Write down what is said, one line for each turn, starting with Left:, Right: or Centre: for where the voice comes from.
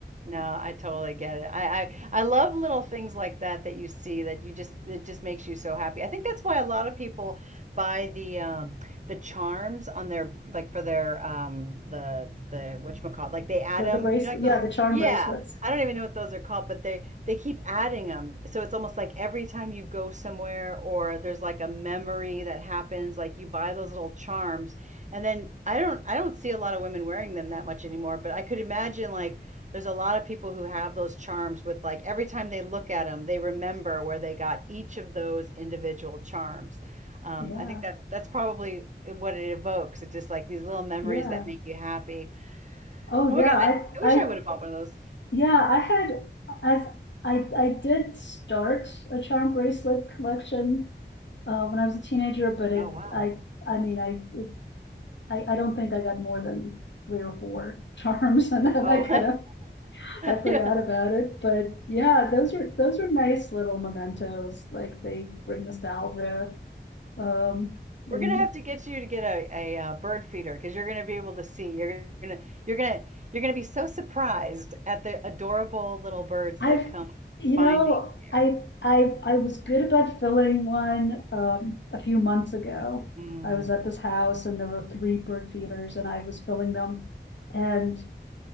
Right: No, I totally get it. I, I I love little things like that that you see that you just it just makes you so happy. I think that's why a lot of people buy the um, the charms on their like for their um, the the whatchamacallit, like they add
Left: the,
Right: them.
Left: the bracelet,
Right: You know, like those.
Left: yeah, the charm
Right: Yeah,
Left: bracelets.
Right: I don't even know what those are called, but they they keep adding them. So it's almost like every time you go somewhere or there's like a memory that happens, like you buy those little charms, and then I don't I don't see a lot of women wearing them that much anymore. But I could imagine like there's a lot of people who have those charms with like every time they look at them, they remember where they got each of those individual charms. Um,
Left: Yeah,
Right: I think that that's probably what it evokes. It's just like these little memories
Left: yeah.
Right: that make you happy.
Left: Oh,
Right: Oh
Left: yeah.
Right: my God,
Left: I,
Right: I, I wish
Left: I,
Right: I would have bought one of those.
Left: yeah, I had, as I, I did start a charm bracelet collection uh, when I was a teenager, but it,
Right: Oh wow.
Left: I, I mean, I, it, I, I don't think I got more than three or four <laughs> charms, and then
Right: Oh,
Left: I kind of I forgot
Right: <laughs> yeah.
Left: about it, but yeah, those are those are nice little mementos. Like they bring nostalgia. Um, and
Right: We're gonna have to get you to get a, a, uh bird feeder because you're gonna be able to see. You're gonna you're gonna you're gonna be so surprised at the adorable little birds
Left: I've,
Right: that come
Left: you
Right: finding
Left: know,
Right: you.
Left: I I I was good about filling one um, a few months ago.
Right: Mm,
Left: I was at this house and there were three bird feeders, and I was filling them, and